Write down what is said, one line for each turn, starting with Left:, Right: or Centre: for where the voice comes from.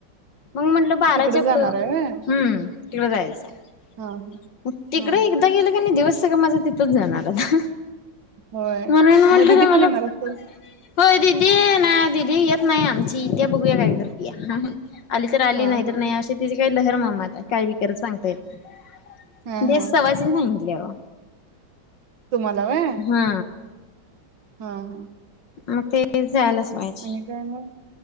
Left: मग म्हटलं बाराच्या
Right: तिकडे जाणार
Left: पुढं
Right: आहे व्हय
Left: हम्म तिकड जायचंय.
Right: हा
Left: तिकडे
Right: हा हा.
Left: एकदा गेलं कणी दिवस सगळ माझं तिथच जाणार आता.
Right: होय
Left: म्हणून म्हटलं
Right: म दीदी
Left: तुम्हाला
Right: पण येणार असलं
Left: होय दिदी नाही दिदी येत नाही आमची, आता बघूया काय करतीया? आली तर आली
Right: हा
Left: नाही
Right: हा
Left: तर नाही अशी तीजी का लहर म माला काय बि करल सांगता येत नाही.
Right: हा
Left: देव
Right: हा
Left: सवाशिन हाय मी देवा
Right: तुम्हाला व्हय
Left: हा
Right: हा हा
Left: मग ते जायलाच पाहिजे
Right: आणि काय मग